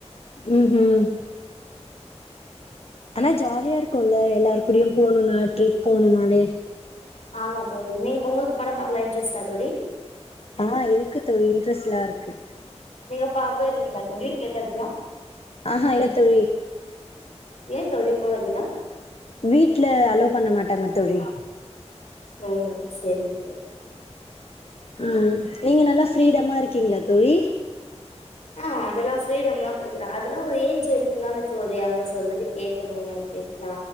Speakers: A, on the left; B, on the left.
A: ஹ் ஹ் ம் ஆனா ஜாலியா இருக்குல்ல எல்லாரு கூடய போணும்னா ட்ரிப் போணுன்னாலே
B: ஆமா தோழி நீங்க உங்களுக்கு படம் பாக்கலா இன்ட்ரெஸ்டா தோழி
A: ஆ இருக்கு தோழி இன்ட்ரெஸ்ட்லா இருக்கு
B: நீங்க பாப்ப இருந்தீங்களா தோழி கேட்டதுக்லா
A: ஆஹ இல்ல தோழி
B: ஏ தோழி போல அதுல
A: வீட்ல அலோ பண்ண மாட்டாங்க தோழி
B: ஓ ஹோ சரி போ
A: ம் நீங்க நல்லா ஃப்ரீடமா இருக்கீங்களா தோழி
B: ஆ அதெல்லா ஃப்ரீடம்லா கொடுக்குறே அதெல்லா ஒரு ஏஜ் இருக்குந் தான தோழி அவங்க சொல்றது கேட்கணு அப்டிண்ட்லா